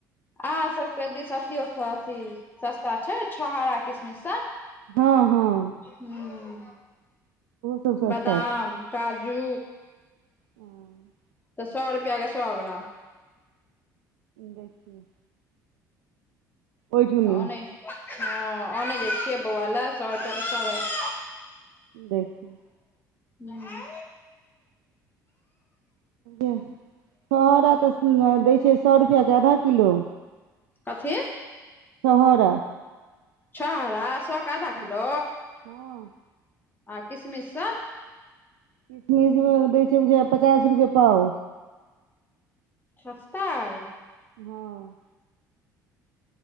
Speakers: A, on the left (about 20°); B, on the right (about 65°).
A: अहाँ सबके दिश अथियो स आथि सस्ता छै, छौहारा किसमिश स?
B: हाँ हां
A: हूँ
B: सब सस्ता
A: बदाम, काजू
B: हाँ
A: तऽ सौ रुपया के सौ ग्राम।
B: देखियौ। ओहिठुनी
A: ओनैह ह ओनै जे छियै बौआ ल सौ रुपया के सौ ग्राम।
B: देखि
A: हूँ
B: छोहारा तऽ दै छै सौ रुपया के आधा किलो
A: कथि?
B: छहोरा।
A: छहोरा सौ के आधा
B: हँ
A: किलो,
B: हँ
A: आ किशमिश सब?
B: किशमिश दै छै बुझाय पचास रुपए पाव।
A: छस्ता अइ।
B: हँ।